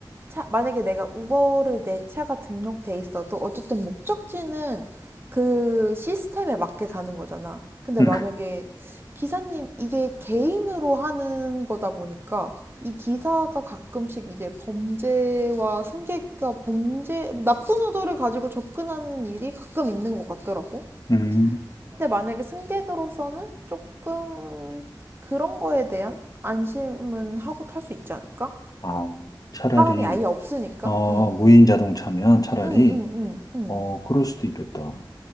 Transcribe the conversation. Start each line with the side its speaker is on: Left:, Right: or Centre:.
Right: 차 만약에 내가 우버를 내 차가 등록돼 있어도 어쨌든 목적지는 그 시스템에 맞게 가는 거잖아. 근데
Left: 음.
Right: 만약에 기사님 이게 개인으로 하는 거다 보니까 이 기사가 가끔씩 이제 범죄와 승객과 범죄 나쁜 의도를 가지고 접근하는 일이 가끔 있는 것 같더라고.
Left: 음.
Right: 근데 만약에 승객으로서는 조금 그런 거에 대한 안심은 하고 탈 수 있지 않을까?
Left: 아, 차라리
Right: 사람이 아예 없으니까.
Left: 어,
Right: 음,
Left: 무인 자동차면 차라리
Right: 음, 음, 음, 음,
Left: 어, 그럴 수도 있겠다.